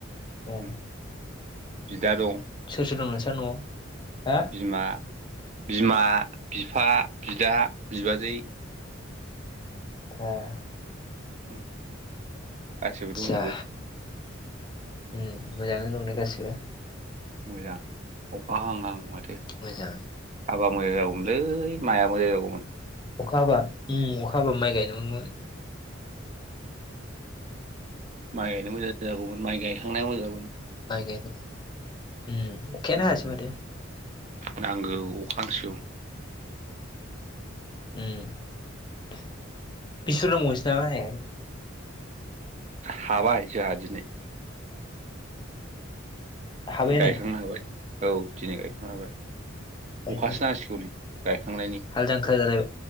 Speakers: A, on the left (about 25°); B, on the right (about 35°).
A: ए
B: उम बिदा दं
A: सोर सोर दं नोंस्रा न'आव? हा
B: बिमा बिमा बिफा बिदा बिबाजै।
A: उमफ्राय
B: उम गासिबो
A: आदसा
B: दंजोबो
A: उम मोजाङै दंना गासिबो
B: मोजां अखा हांहां माथो
A: मोजां
B: हाबा मोजां जागौमोनलै माया मोजां जागौमोन
A: अखा हाबा उम अखा हाबा माइ गायनो मोनगौमोन
B: माइ गायनो मोजां जागौमोन माइ गायखांनाया मोजां जागौमोन
A: माइ गायनो उम अखायानो
B: उम
A: हायासै माथो।
B: नांगौ अखांसौ।
A: उम बिसि बुरजा दंबावसै नोंसिना हाया
B: हाबाय जोंहा दिनै
A: हाबायानो
B: गायखांनो हाबाय औ दिनै गायखांनो हाबाय
A: गायजेननो
B: अखासो नांसिगौ नै गायखांनायनि
A: हाल जांख्रा जालायबाय